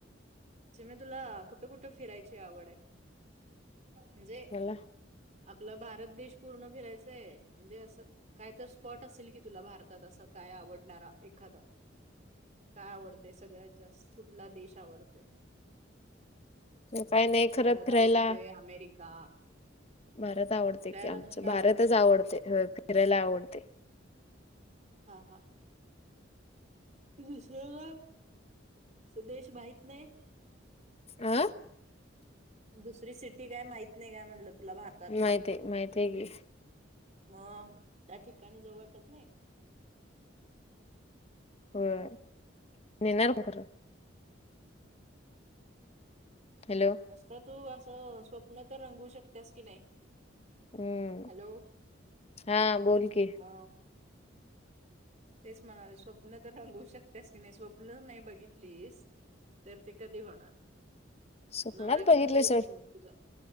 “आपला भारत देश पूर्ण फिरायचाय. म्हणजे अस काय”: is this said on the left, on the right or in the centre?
Right